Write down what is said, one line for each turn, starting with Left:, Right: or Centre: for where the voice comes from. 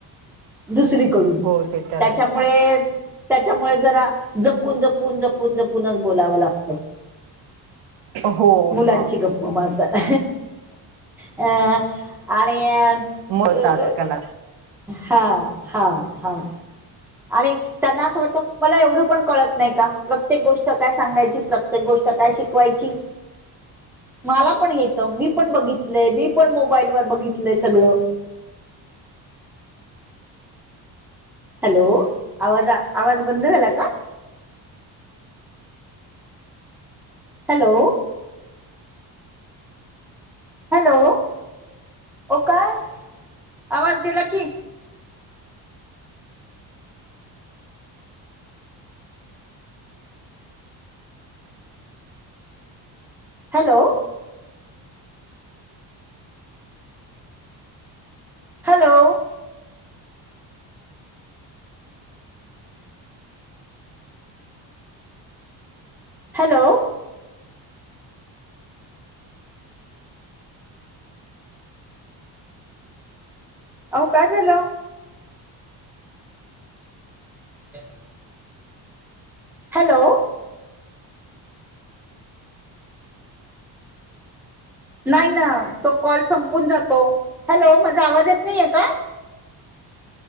Centre: दुसरी त्याच्यामुळे
Right: हो ते तर आहे
Centre: त्याच्यामुळे जरा जपून जपून जपून जपूनच बोलावं लागतं.
Right: हो
Centre: मुलांची
Right: म
Centre: गप्प मारताना हा हा हा हा. अह आणि.
Right: मत आजकाल
Centre: <inaudible> हा हा हा. आणि त्यांना असं वाटतं मला एवढं पण कळत नाही का? प्रत्येक गोष्ट काय सांगायची, प्रत्येक गोष्ट काय शिकवायची. <inaudible> मला पण येत मी पण बघितलंय मी पण मोबाईलवर बघितलंय सगळं. हॅलो आवाज आवाज बंद झाला का? हॅलो. हॅलो. काय आवाज गेला की. हॅलो. हॅलो. हॅलो. आओ काय झालं? काय काम हाय? हॅलो. नाही ना. तो कॉल संपून जातो. हॅलो माझा आवाज येत नाहीेए का?